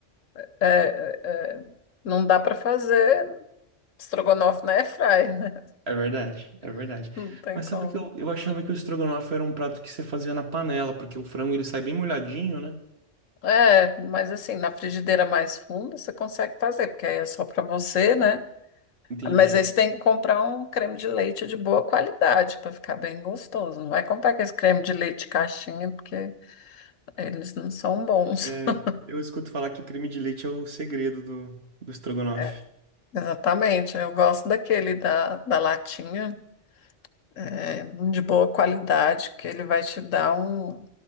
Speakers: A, on the left; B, on the right.
A: é, é, é, não dá para fazer estrogonofe na airfry, né?
B: É verdade, é verdade.
A: <laughs> Não tem
B: Mas
A: como.
B: sabe que eu, eu achava que o estrogonofe era um prato que você fazia na panela, porque o frango ele sai bem molhadinho, né?
A: É, mas assim, na frigideira mais funda você consegue fazer, porque aí é só para você, né?
B: Entendi.
A: Mas aí você tem que comprar um creme de leite de boa qualidade para ficar bem gostoso. Não vai comprar aquele creme de leite caixinha, porque eles não são bons.
B: É,
A: <laughs>
B: eu escuto falar que o creme de leite é o segredo do, do estrogonofe.
A: É, exatamente, eu gosto daquele da, da latinha, é, de boa qualidade, que ele vai te dar um,